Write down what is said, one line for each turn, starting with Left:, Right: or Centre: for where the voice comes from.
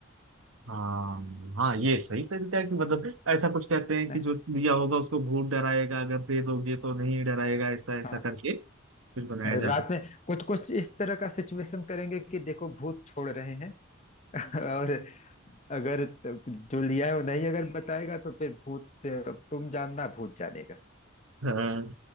Right: हाँ हाँ ये सही तरीका है कि मतलब ऐसा कुछ कहते हैं
Left: ना?
Right: कि जो दिया होगा उसको भूत डराएगा अगर दे दोगे तो नहीं डराएगा ऐसा ऐसा
Left: हाँ
Right: करके कुछ बनाया जा
Left: रात
Right: सकता
Left: में कुछ कुछ इस तरह का सिचुएशन करेंगे कि देखो भूत छोड़ रहे हैं और अगर जो लिया है वो नहीं अगर बताएगा तो फिर भूत तुम जानना भूत जानेगा
Right: है हाँ,